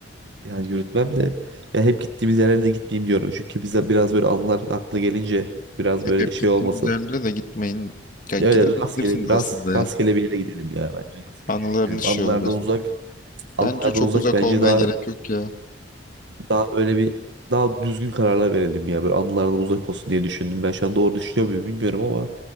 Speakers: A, on the right; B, on the left.
A: Yani yürütmem de ya hep gittiğimiz yerlerde gitmeyeyim diyorum. Çünkü bize biraz böyle anılar aklı gelince biraz böyle
B: Hep, hep
A: şey
B: gittiğiniz
A: olmasın.
B: yerlere de gitmeyin. Ya gidebilirsiniz
A: Öyle rastgele, rast,
B: aslında ya.
A: rastgele bir yere gidelim ya bence.
B: Anılarınız
A: Gidelim.
B: şey
A: Anılardan
B: olur aslında.
A: uzak, anılardan
B: Bence çok
A: uzak
B: uzak
A: bence
B: olmaya
A: daha
B: gerek yok ya. Ya
A: daha böyle bir daha düzgün kararlar verelim ya. Böyle anılardan uzak olsun diye düşündüm. Ben şu an doğru düşünüyor muyum bilmiyorum ama